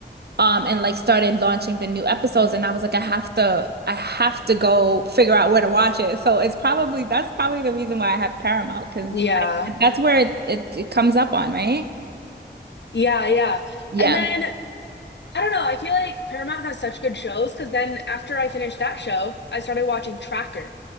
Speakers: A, on the right; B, on the left.
A: Um, and like started launching the new episodes, and I was like, I have to, I have to go figure out where to watch it. So it's probably that's probably the reason why I have Paramount because
B: Yeah,
A: that's where it, it it comes up on, right?
B: yeah, yeah.
A: Yeah,
B: And then I don't know, I feel like Paramount has such good shows because then after I finished that show, I started watching Tracker.